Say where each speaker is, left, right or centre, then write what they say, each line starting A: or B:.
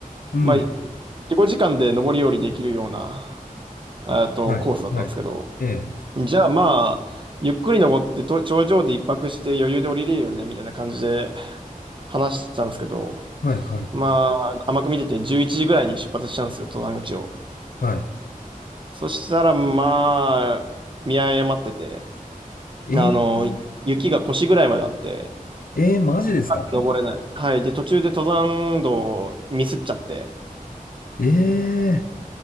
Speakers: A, on the left; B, on the right.
A: <laughs> うん。
B: まあ、自己時間で上り下りできるような、えっと、
A: はい、
B: コースだったんですけど、
A: はい。ええ、
B: じゃあまあ、ゆっくり登ってと頂上で一泊して余裕で降りれるよね、みたいな感じで話してたんですけど、
A: はい、はい、
B: まあ、甘く見てて11時ぐらいに出発したんですよ、登山口を。
A: はい。
B: そしたら、まあ、見誤ってて、
A: ええ、
B: あの、雪が腰ぐらいまであって、
A: ええ、マジですか
B: 登れない。はい。で、途中で登山道をミスっちゃって、
A: ええ、